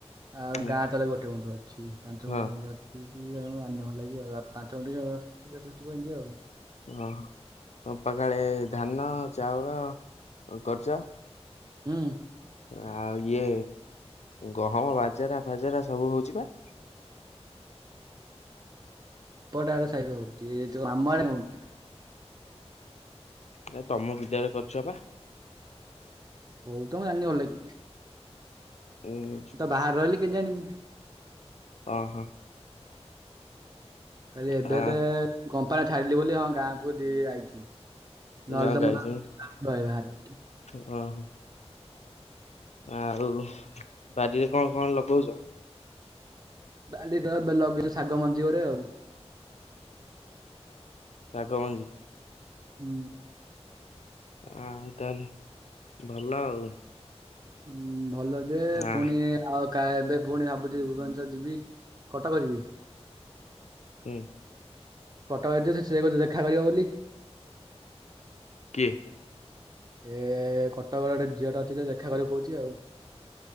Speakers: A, on the right; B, on the left.
A: ଆଉ
B: ହୁଁ,
A: ଗାଁ ତଲେ ଗୋଟେ ଗୁଣ୍ଠ ଅଛି ପାଞ୍ଚ
B: ହଁ
A: ଗୁଣ୍ଠ ଏମିତି ଅ କି କି ଆ ଆନି ଭଲ ଲାଗିବ ଆଉ ପାଞ୍ଚ ଗଣ୍ଟଥିବ ଏମିତି ଆଉ।
B: ଓହୋ ତମ ପା କାଳେ ଧାନ ଚାଉଳ କରଚ?
A: ହୁଁ।
B: ଆଉ ଇଏ ଗହମ ବାଜେରା ଫାଜେରା ସବୁ ହଉଛି ବା?
A: ଏପଟ ଆଡେ ସହିତ ହଉଛି ଯଉ ଆମ ଆଡେ ହଉନି।
B: ନା ତୁମ ବିଦ୍ୟାଳୟ କରିଛ ବା।
A: ହଉ ତ ଜାଣିନି ଭଲ କି।
B: ଉଁ।
A: ମୁ ତ ବାହାରେ ରହିଲି କେମିତି ଜାଣିବି।
B: ଅଁ ହ।
A: କାଲି ଏବେ
B: ଆ
A: ଏବେ କମ୍ପାନୀ ଛାଡିଲି ବୋଲି ହଁ ଗାଁକୁ ଦି ଆଇଛି। ନହେଲେ
B: ଗାଁ
A: ତ
B: କୁ
A: ମୁଁ
B: ଆଇଛି
A: ତ ରହେ ବାହାରେ
B: ହଁ ଅ ହଂ। ଆଉ ବାରିରେ କଣ କଣ ଲଗଉଚ?
A: ବାଡି ର ଏବେ ଲଗେଇଛି ଶାଗ ମଞ୍ଜି ଉରେ ଆଉ।
B: ଶାଗ ମଞ୍ଜି।
A: ହୁଁ।
B: ଆଉ ତାହେଲେ ଭଲ ଆଉ।
A: ହୁଁ ଭଲ ଯେ
B: ଆ
A: ପୁଣି ଆଉ କା ଏବେ ପୁଣି ଭାବୁଛି ଭୁବନେଶ୍ଵର ଯିବି କଟକ ଯିବି।
B: ହୁଁ।
A: କଟକ ଏଛି ସେ କହୁଛି ଦେଖା କରିବ ବୋଲି।
B: କିଏ?
A: ଏ କଟକ ର ଗୋଟେ ଝିଅଟେ ଅଛି ଯେ ଦେଖା କରିବ କହୁଛି ଆଉ।